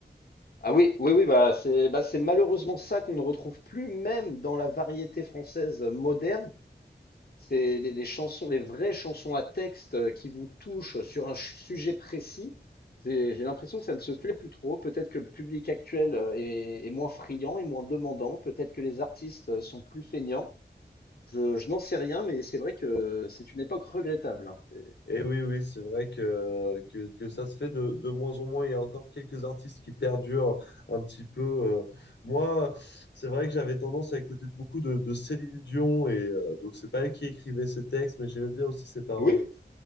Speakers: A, on the left; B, on the left.
A: Ah oui, oui, oui, bah c'est, bah c'est malheureusement ça qu'on ne retrouve plus, même dans la variété française moderne. C'est les, les chansons, les vraies chansons à texte euh, qui vous touchent sur un ch- sujet précis. C'est- J'ai l'impression que ça ne se fait plus trop. Peut-être que le public actuel euh, est, est moins friand et moins demandant. Peut-être que les artistes euh, sont plus feignants. Je, je n'en sais rien, mais c'est vrai que c'est une époque regrettable. hein. C'est-
B: Et oui, oui, c'est vrai que, que, que ça se fait de, de moins en moins. Il y a encore quelques artistes qui perdurent un petit peu. euh. Moi, c'est vrai que j'avais tendance à écouter beaucoup de, de Céline Dion. Et euh, donc, c'est pas elle qui écrivait ses textes, mais j'aimais bien aussi ses paroles.
A: Oui?